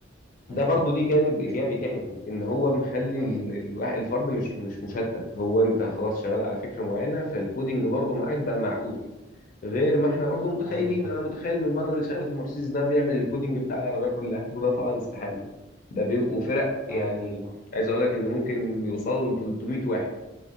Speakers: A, on the left; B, on the right.
A: ده
B: ايوه
A: برضو ليه جانب
B: بنت
A: ايجابي تاني ان هو مخلي
B: ايوه
A: ال- الوا- الفرد مش مش مشتت هو انت خلاص شغال على فكره معينه فالكودينج برضو معاك بقى معقول غير ما احنا برضو متخيلين
B: ايوه فاهم
A: انا متخيل من بره ان اللي شغال في مرسيدس ده بيعمل الكودينج بتاع العربيه كلها وده طبعا استحاله ده بيبقوا فرق يعني
B: ايوه صح
A: عايز اقول لك ان ممكن بيوصلوا ل 300 واحد